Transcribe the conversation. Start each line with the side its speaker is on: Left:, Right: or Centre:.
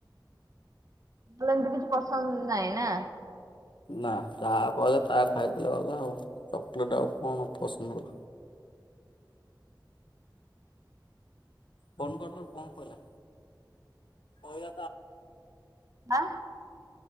Right: ଭଲେ ଏମିତି କିଛି ପସନ୍ଦ ନାଇ ନା।
Left: ନା ଯାହା କଇଲ ତା ଖାଇଦେଲେ ଗଲା ଆଉ ଚକୋଲେଟ ଆଉ କଣ ପସନ୍ଦ? ଫୋନ୍ କରଥିଲୁ କଁ କହିଲା? ଉଁ
Right: ଆଁ